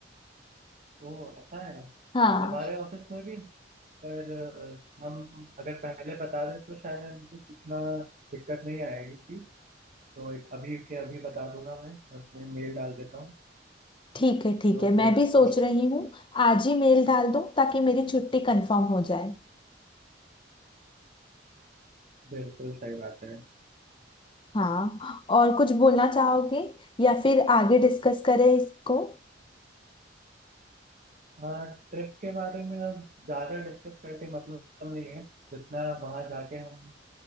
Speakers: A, on the right; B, on the left.
A: ओ ऐसा है
B: हाँ
A: हमारे ऑफिस में भी पर अ, हम अगर पहले बता दें तो शायद इतना दिक्कत नहीं आएगी तो एक अभी के अभी बता दूंगा मैं उन्हें मेल डाल देता हूँ
B: ठीक है ठीक
A: तो
B: है मैं
A: फिर
B: भी सोच
A: हो-
B: रही हूँ आज ही मेल डाल दूँ ताकि मेरी छुट्टी कंफर्म हो जाए
A: बिल्कुल सही बात है
B: हाँ और कुछ बोलना चाहोगे या फिर आगे डिस्कस करें इसको
A: हाँ ट्रिप के बारे में अब ज्यादा डिस्कस करके मतलब नहीं है जितना वहां जाके हम